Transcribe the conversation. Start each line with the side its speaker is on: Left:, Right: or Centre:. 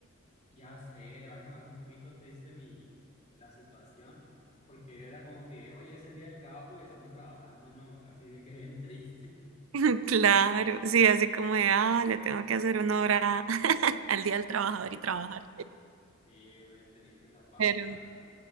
Left: Ya sé, ahora se me hace un poquito triste mi, la situación, porque era como que, oye, es el día del trabajo y estamos trabajando, ¿no? Así de que bien triste. <laughs>
Right: <laughs> Claro, sí, así como de, ah, le tengo que hacer una hora <laughs> al día del trabajador y trabajar.
Left: Sí, bien triste esa parte,
Right: Pero
Left: la verdad.